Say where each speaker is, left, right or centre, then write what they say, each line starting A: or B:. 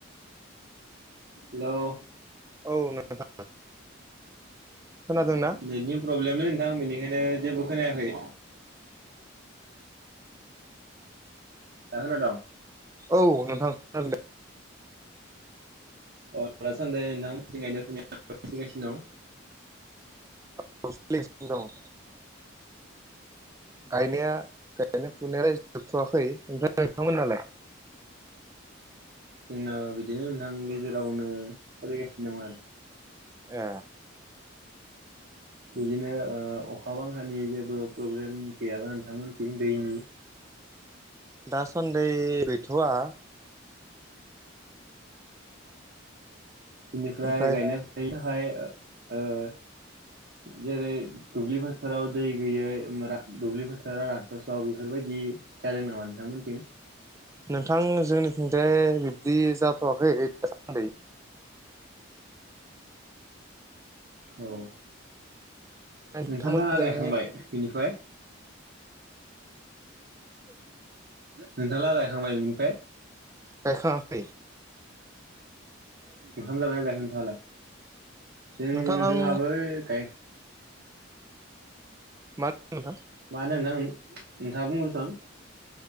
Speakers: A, on the right; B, on the right.
A: हेल'
B: औ नोंथां। खोनादों ना
A: नेटनि प्रब्लेमलै नोंथां बेनिखायनो जेबो खोनायाखै दा खोनादों
B: औ नोंथां <unintelligible>
A: अ दासान्दे नोंथां <unintelligible> सोलिगासिनो दं
B: <unintelligible> दं गायनाया गायनाय फुनाया जोबथ'वाखै ओमफ्राय नोंथांमोन नालाय
A: जोंनाबो बिदिनो नोंथां गेजेरावनो सोलिगासिनो दं आरो
B: ए
A: बिदिनो अखा बांखानि जेबो प्रब्लेम गैयाबा नोंथांमोनथिं दैनि
B: दासान्दै गैथ'आ
A: बिनिफ्राय
B: ओमफ्राय
A: गायनाय फुनायनि थाखाय जेरै दुब्लि फोथाराव दै गैयै मोरा दुब्लि फोथारा रानसावसाव बेफोरबायदि जादों नामा नोंथांमोनथिं?
B: नोंथां जोंनिथिंजाय बिब्दि जाथ'वाखै दासान्दै।
A: औ
B: नोंथांमोननिजाय
A: नोंथांलाहा गायखांबाय बिनिफ्राय? नोंथालाला गायखांबाय बिनिफाय?
B: गायखांआखै।
A: ओंखाम जाबाय ना जायाखै नोंथाङालाय? जों
B: नोंथां आं
A: जोंहाबो गाय
B: मा होनदों नोंथां?
A: मा होनो नोंथां नोंथाङा बुंग्रोसन।